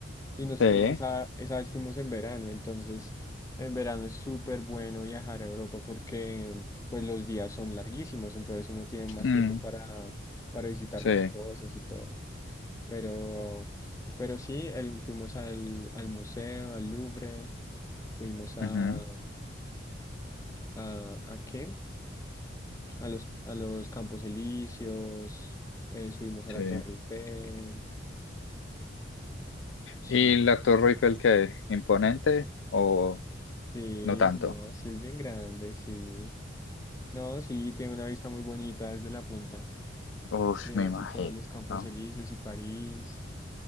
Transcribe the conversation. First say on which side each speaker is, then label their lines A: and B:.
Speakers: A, on the left; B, on the left.
A: Y nosotros
B: Sí.
A: esa, esa vez fuimos en verano, entonces en verano es súper bueno viajar a Europa porque pues los días son larguísimos, entonces uno tiene más
B: mm,
A: tiempo para, para visitar
B: sí.
A: más cosas y todo. Pero, pero sí, el- fuimos al, al museo, al Louvre, fuimos a,
B: ujú,
A: a, ¿a qué? A los, a los Campos Elíseos, eh, subimos a
B: sí.
A: la Torre Eiffel, sí.
B: ¿Y la Torre Eiffel qué? ¿Imponente o
A: Sí,
B: no tanto?
A: no, sí es bien grande, sí. No, sí, tiene una vista muy bonita desde la punta.
B: Uf,
A: Eh,
B: me
A: así
B: imagino.
A: todos los Campos Elíseos y París.